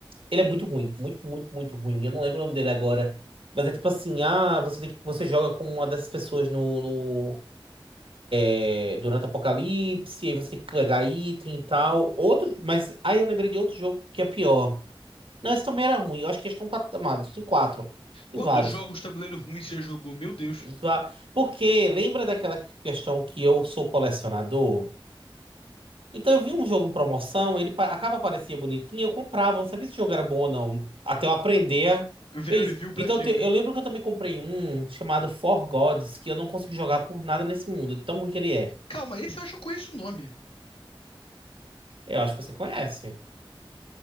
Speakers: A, on the right; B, on the left.
A: Ele é muito ruim. Muito, muito, muito ruim. Eu não lembro o nome dele agora. Mas é tipo assim, ah, você tem que- você joga com uma dessas pessoas no, no- é, durante o apocalipse, aí você tem que pegar item e tal. Outro, mas aí eu lembrei de outro jogo que é pior. Não, esse também era ruim. Eu acho que eles estão patamados. Tem quatro. Tem
B: Quantos
A: vários.
B: jogos de tabuleiro ruins você já jogou? Meu Deus.
A: Vá- Porque lembra daquela questão que eu sou colecionador? Então eu vi um jogo em promoção, ele, pa- a capa parecia bonitinha, eu comprava, não sabia se o jogo era bom ou não, até eu aprender a
B: Ver
A: ver isso.
B: review pra
A: Então
B: quê,
A: te-
B: né?
A: eu lembro que eu também comprei um chamado For Gods, que eu não consegui jogar por nada nesse mundo, de tão ruim que ele é.
B: Calma, esse eu acho que eu conheço o nome.
A: Eu acho que você conhece.